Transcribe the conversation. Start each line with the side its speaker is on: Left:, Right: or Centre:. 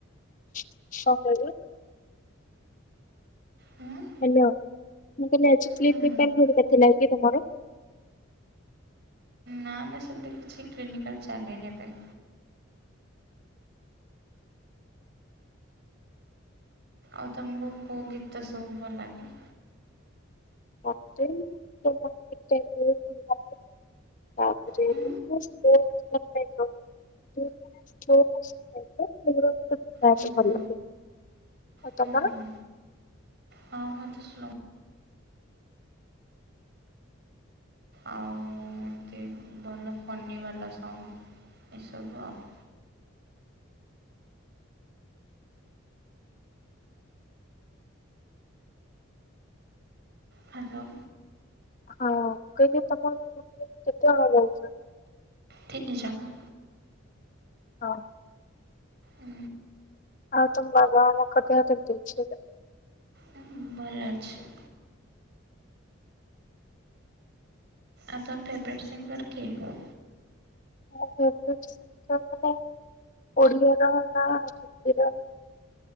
Left: <unintelligible>
Right: ହୁଁ।
Left: ହ୍ୟାଲୋ ମୁଁ କହିଲି ଆଜି କ୍ଲିିନକାଲ୍
Right: ହୁଁ ହୁଁ
Left: ଥିଲା କି ତମର?
Right: ନା ନା ସେମିତି କିଛି କ୍ଲିନିକାଲ୍ ଚାଲିନି ଏବେ। ଆଉ ତମକୁ କୋଉ ଗୀତ ସବୁ ଭଲ ଲାଗେ?
Left: ମତେ ଏଇ <unintelligible> ତାପରେ
Right: ହୁଁ
Left: ସ୍ଲୋ <unintelligible> <unintelligible>
Right: ହୁଁ ହୁଁ
Left: ଆଉ
Right: ହୁଁ
Left: ତମର?
Right: ହୁଁ ହଁ ମତେ ସ୍ଲୋ ଆଉ ଏମତି ଭଲ ଫନି ବାଲା ସଙ୍ଗ ଏସବୁ ଆଉ। ହ୍ୟାଲୋ।
Left: ହଁଁ କହିଲି ତମର କେତେ ଜଣ ଯାଉଛ?
Right: ତିନି ଜଣ।
Left: ହଁ
Right: ଉଁ
Left: ଆଉ ତମ ବାବା ମାମାଙ୍କ ଦେହ କେମିତି ଅଛି?
Right: ହଁ ଭଲ। ଅଛି। ଆଉ ତମ ଫେଭରେଟ୍ ସିଙ୍ଗର କିଏ?
Left: ମୋ ଫେବରେଟ୍ ସିଙ୍ଗର ମାନେ ଓଡ଼ିଆର ନା ହିନ୍ଦୀର?